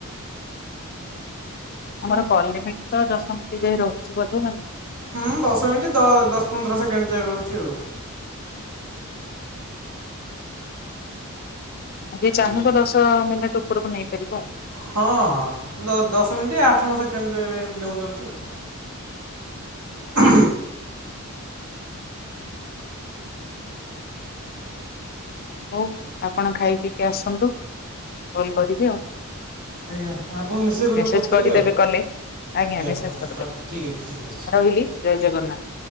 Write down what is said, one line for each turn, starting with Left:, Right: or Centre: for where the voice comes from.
Left: ଆମର କଲ୍ରେ ବି ତ ଦଶମିନଟ ହେଇ ରହୁଛି ବୋଧେ ଆଉ।
Right: ହୁଁ ଦଶ ମିନିଟ୍ ଦ ଦଶ ପନ୍ଦର ସେକେଣ୍ଡ ଯାଇ ରହୁଚି ଆଉ।
Left: ଆଉ ଯିଏ ଚାହିଁବ
Right: ଆଜ୍ଞା
Left: ଦଶ ମିନିଟ୍ ଉପରକୁ ନେଇପାରିବ ଆଉ।
Right: ହଁ ଦ ଦଶ ମିନିଟ୍ ଆଠ ନଅ ସେକେଣ୍ଡ ଯାଏଁ ନେଉଛନ୍ତି ଆଉ। ହ
Left: ହଉ, ଆପଣ ଖାଇ ପିଇକି ଆସନ୍ତୁ, କଲ କରିବି ଆଉ।
Right: ଆଜ୍ଞା ଆପଣ ମେସେଜ୍ କରିବେ
Left: ମେସେଜ
Right: କଲ୍ କରିବେ
Left: କରିଦେବେ
Right: ଆଉ
Left: କଲେ। ଆଜ୍ଞା, ମେସେଜ
Right: ହଁ
Left: କରିଦେବେ।
Right: ହଁ ଠିକ୍ ଠିକ୍ ଅଛି
Left: ରହିଲି ଜୟ ଜଗନ୍ନାଥ।